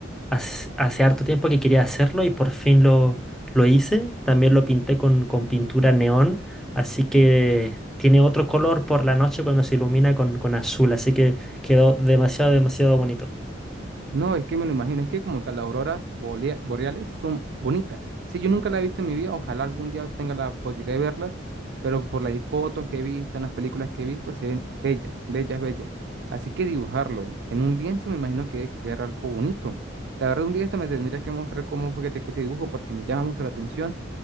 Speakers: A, in the centre; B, on the right.
A: hace, hace harto tiempo que quería hacerlo y por fin lo, lo hice. También lo pinté con, con pintura neón, así que tiene otro color por la noche cuando se ilumina con, con azul, así que quedó demasiado, demasiado bonito.
B: No, es que me lo imagino, es que como tal, las auroras bolea- boreales son bonitas. Sí, yo nunca las he visto en mi vida, ojalá algún día tenga la posibilidad de verlas, pero por las fotos que he visto, en las películas que he visto, se ven bellas, bellas, bellas. Así que dibujarlo en un lienzo me imagino que que era algo bonito. La verdad, un día esto me tendrías que mostrar cómo fue que te quedó ese dibujo porque me llama mucho la atención